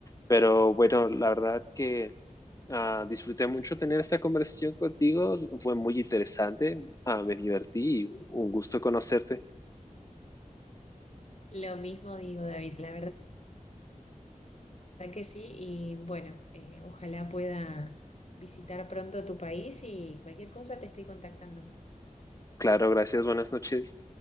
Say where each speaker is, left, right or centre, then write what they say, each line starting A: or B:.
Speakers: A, on the left; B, on the left.
A: Pero bueno, la verdad que Ah, disfruté mucho tener esta conversación contigo, fue muy interesante, Ah, me divertí y un gusto conocerte.
B: Lo mismo digo, David, la verdad verdad que sí, y bueno, eh, ojalá pueda visitar pronto tu país y cualquier cosa te estoy contactando.
A: Claro, gracias, buenas noches.